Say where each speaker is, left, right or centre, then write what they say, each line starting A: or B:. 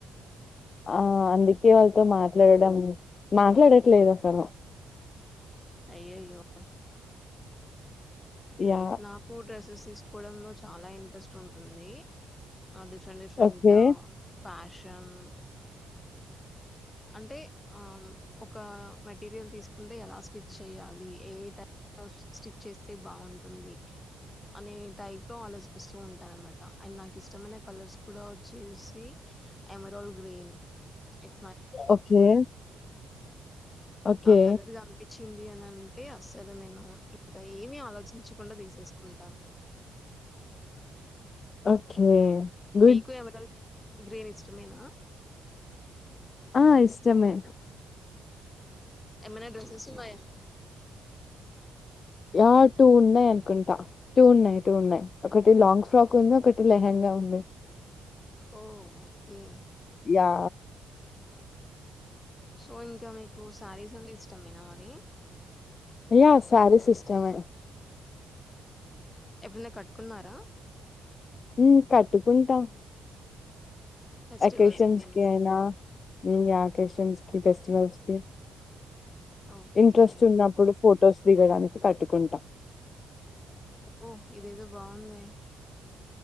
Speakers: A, on the left (about 45°); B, on the left (about 20°).
A: ఆ అందుకే వాళ్ళతో మాట్లాడడం మాట్లాడట్లేదు అసలు
B: అయ్యయ్యో
A: యాహ్!
B: నాకు డ్రెస్సెస్ తీసుకోవడంలో చాలా ఇంట్రెస్ట్ ఉంటుంది ఆ డిఫరెంట్ డిఫరెంట్
A: ఓకే.
B: ఫ్యాషన్ అంటే ఆ ఒక మెటీరియల్ తీసుకుంటే ఎలా స్టిచ్ చేయ్యాలి ఏ టై స్ స్టిచ్ చేస్తే బాగుంటుంది అనే టైప్ లో ఆలోచిస్తూ ఉంటానన్నమాట అండ్ నాకు ఇష్టమైన కలర్స్ కూడా వచ్చేసి ఎమరల్ గ్రీన్ ఎట్
A: ఓకే ఓకే.
B: ఆ కల్లర్ కనిపించింది అనన్ అంటే అస్సలు నేను ఇంకా ఏమి ఆలోచించకుండా తీసేసుకుంటాను
A: ఓకే గుడ్.
B: మీకు ఎవరాల్ గ్రీన్ ఇష్టమేనా
A: ఆ ఇష్టమే
B: ఏమన్నా డ్రెసేస్స్ ఉన్నాయా
A: యా టూ ఉన్నాయ్ అనుకుంటా టూ ఉన్నాయ్ టూ ఉన్నాయ్ ఒకటి లాంగ్ ఫ్రాక్ ఉంది ఒకటి లెహెం గా ఉంది
B: ఓకే
A: యా
B: సో ఇంకా మీకు శారీస్ అంటే ఇష్టమేనా మరి
A: యా సారిస్ ఇస్టమే
B: ఎప్పుడన్న కట్టుకున్నారా
A: మ్ కట్టుకుంటా
B: ఫెస్టివల్స్‌కి?
A: అక్కేషన్స్ కి ఐన యాకేషన్స్కి ఫెస్టివల్స్కి
B: ఓకే
A: ఇంట్రెస్ట్ ఉన్నప్పుడు ఫొటోస్ దిగడానికి కట్టుకుంటా
B: ఓ ఇదేదో బాగుందే